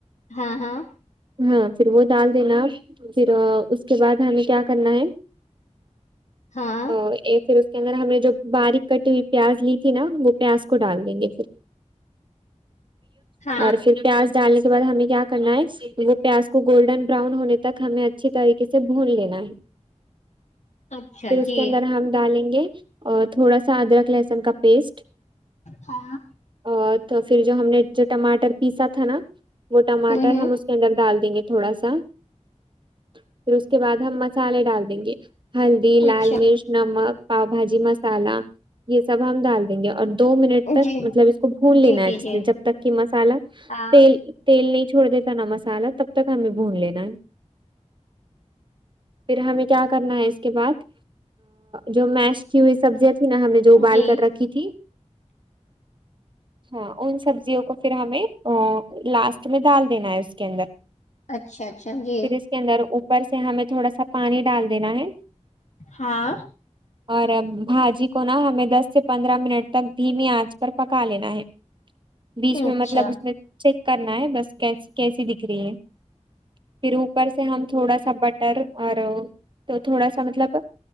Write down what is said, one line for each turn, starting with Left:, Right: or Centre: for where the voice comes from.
Left: ہاں ہاں
Right: ہاں پھر وہ ڈال دینا پھر اس کے بعد ہمیں کیا کرنا ہے
Left: ہاں
Right: پھر اس کے اندر ہم نے جو باریک کٹی ہوئی پیاز لی تھی نا وہ پیاز کو ڈال دیں گے پھر
Left: ہاں
Right: اور پھر پیاز ڈالنے کے بعد ہمیں کیا کرنا ہے وہ پیاز کو گولڈن براؤن ہونے تک ہمیں اچھی طریقے سے بھون لینا ہے
Left: اچھا
Right: پھر اس
Left: جی
Right: کے اندر ہم ڈالیں گے اور تھوڑا سا ادرک لہسن کا پیسٹ
Left: ہاں
Right: اور تو پھر جو ہم نے جو ٹماٹر پیسا تھا نا وہ ٹماٹر
Left: ہوں ہوں
Right: ہم اس کے اندر ڈال دیں گے تھوڑا سا پھر اس کے بعد ہم مسالے ڈال دیں گے ہلدی لال
Left: اچھا
Right: مرچ نمک پاؤ بھاجی مسال یہ سب ہم ڈال دیں گے اور دو منٹ تک
Left: جی
Right: مطلب اس کو بھون
Left: جی
Right: لینا ہے
Left: جی
Right: اچھے
Left: جی
Right: سے جب تک کہ مسالا
Left: ہاں
Right: تیل نہیں چھوڑ دیتا نا مسالا تب تک ہمیں بھون لینا ہے پھر ہمیں کیا کرنا ہے اس کے بعد جو میش کی ہوئی سبزیاں تھھی نا ہم نے ابال
Left: جی
Right: کر رکھی تھی ہاں ان سبزیوں کو پھر ہمیں لاسٹ میں ڈال دینا ہے اس کے اندر
Left: اچھا اچھا جی
Right: پھر اس کے اندر اوپر سے ہمیں تھوڑا سا پانی ڈال دینا ہے
Left: ہاں
Right: اور بھاجی کو نہا ہمیں دس سے پندرہ منٹ تک دھیمی آنچ پر پکا لینا ہے بیچ میں
Left: اچھا
Right: مطلب اس میں چیک کرنا ہے بس کیسی کیسی دکھ رہی ہے پھر اوپر سے ہم تھوڑا سا بٹ ر اور تو تھوڑا سا مطلب